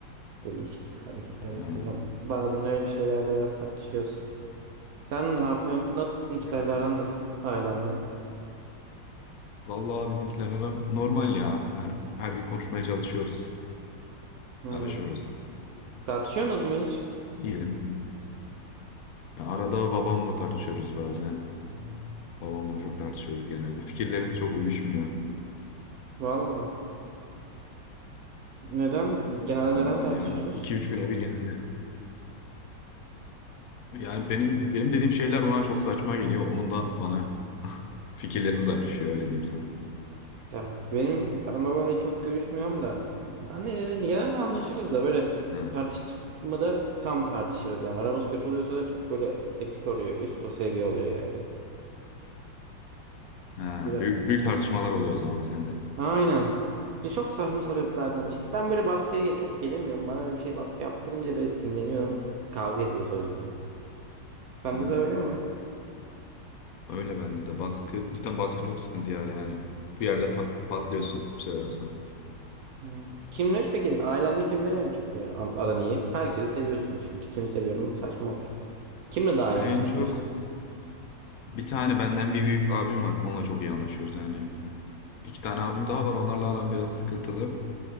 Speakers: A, on the right; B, on the left.
A: Değişik hareketler yapıyor.
B: Ha,
A: Bazen öyle şeylerde biraz tartışıyoruz. Sen ne yapıyorsun? Nasıl sizinkilerle
B: uf.
A: aran nasıl? Ailenle.
B: Vallahi bizimkiler ara normal ya. Her, her gün konuşmaya çalışıyoruz.
A: Hmm.
B: Araşıyoruz.
A: Tartışıyorsunuz mu hiç?
B: İyiyelim. Ya Arada babamla tartışıyoruz bazen. Babamla çok tartışıyoruz genelde. Fikirlerimiz çok uyuşmuyor.
A: Valla. Neden? Genelde
B: Vallahi
A: neden tartışıyorsunuz?
B: öyle yani iki üç güne bir genelde. Yani benim benim dediğim şeyler ona çok saçma geliyor. Onun da bana <laughs> fikirlerimiz ayrışıyor öyle diyeyim sana.
A: Ya benim ben babayla çok görüşmüyorum da anneyle genelde anlaşırız da böyle
B: Ha.
A: tartıştık mı da tam tartışırız yani aramız kötü oluyorsa da çok böyle epik oluyor üst o seviye oluyor yani.
B: Ha,
A: Biraz
B: büyük büyük tartışmalar oluyor o zaman sende.
A: Aynen. İşte çok saçma sebeplerden işte ben böyle baskıya ge- çok gelemiyorum bana böyle bir şey baskı yaptırınca böyle sinirleniyorum kavga ediyoruz o yüzden. Sende
B: Ha,
A: de öyle mi?
B: öyle bende de baskı cidden baskı çok sıkıntı ya yani bu yerde pat, patlıyorsun bir süreden sonra.
A: Hmm. Kimleri peki ailende kimleri en çok böyle an- aran iyi? Herkesi seviyorsundur şimdi kimi seviyorum saçma olur. Kimle daha iyi
B: En
A: anlaşıyorsun?
B: çok bir tane benden bir büyük abim var onunla çok iyi anlaşıyoruz yani. İki tane abim daha var onlarla aram biraz sıkıntılı